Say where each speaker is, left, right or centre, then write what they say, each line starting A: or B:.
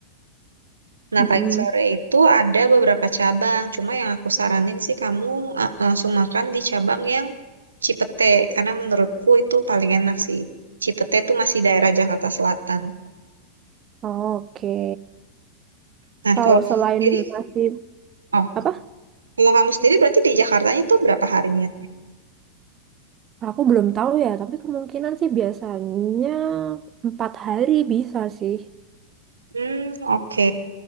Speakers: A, on the right; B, on the right.
A: Nah
B: Mm-mm.
A: Pagi Sore itu ada beberapa cabang. Cuma yang aku saranin sih kamu eh, langsung makan di cabang yang Cipete karena menurutku itu paling enak sih. Cipete itu masih daerah Jakarta Selatan.
B: Oke,
A: Nah
B: kalau
A: kalau kamu
B: selain
A: sendiri,
B: nasi
A: oh
B: apa?
A: kalau kamu sendiri berarti di Jakartanya itu berapa harinya?
B: Aku belum tahu ya, tapi kemungkinan sih biasanya empat hari bisa sih.
A: Hmm, oke.